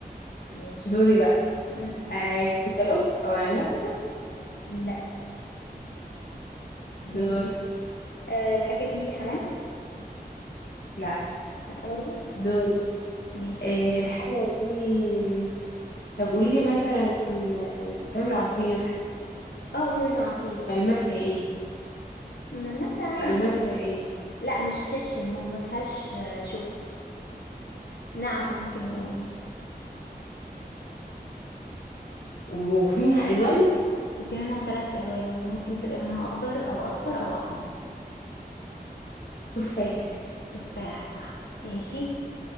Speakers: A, on the left (about 80°); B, on the left (about 65°).
A: ماشي
B: دوري بقى
A: مم.
B: آه كنتالوب او انا
A: لا ماشي
B: دور
A: آه، الحاجة دي حمام
B: لا
A: لا برضو
B: دور
A: ماشي
B: آه الحاجة دي طب قولي لي مثلا بتعمل عصير
A: اه في منها عصير
B: ملمسها ايه
A: ملمسها عادي
B: ملمسها ايه
A: لا مش خشن وما فيهاش آه، شوك ناعمة ممكن نقول يعني
B: وفي منها الوان
A: وفي منها ثلاث ألوان ممكن تبقى لونها أخضر أو أصفر أو أحمر
B: تفاح
A: تفاح صح ماشي